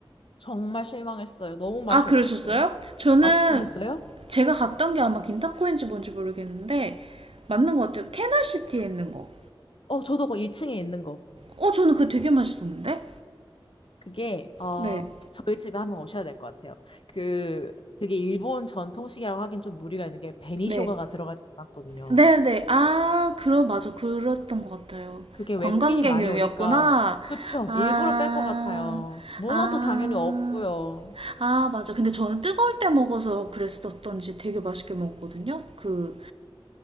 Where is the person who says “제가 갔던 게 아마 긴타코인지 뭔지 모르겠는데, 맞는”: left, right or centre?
Right